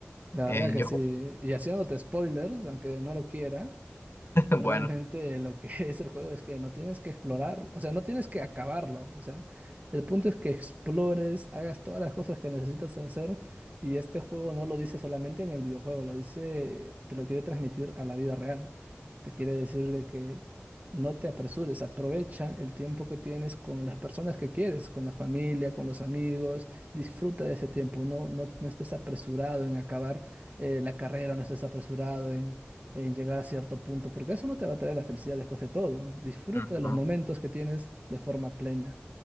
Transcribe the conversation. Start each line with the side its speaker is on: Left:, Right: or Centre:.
Right: la
Left: Eh,
Right: verdad que
Left: yo,
Right: sí.
Left: ju-
Right: Y haciéndote spoilers, aunque no lo quiera,
Left: <laughs>
Right: Realmente
Left: bueno,
Right: lo que <laughs> es el juego es que no tienes que explorar, o sea, no tienes que acabarlo, o sea, el punto es que explores, hagas todas las cosas que necesitas hacer y este juego no lo dice solamente en el videojuego, lo dice, te lo quiere transmitir a la vida real. Te quiere decir de que no te apresures, aprovecha el tiempo que tienes con las personas que quieres, con la familia, con los amigos, Disfruta de ese tiempo, no, no, no estés apresurado en acabar eh, la carrera, no estés apresurado en, en llegar a cierto punto, porque eso no te va a traer la felicidad después de todo. Disfruta
Left: mm,
Right: de los
Left: mm.
Right: momentos que tienes de forma plena.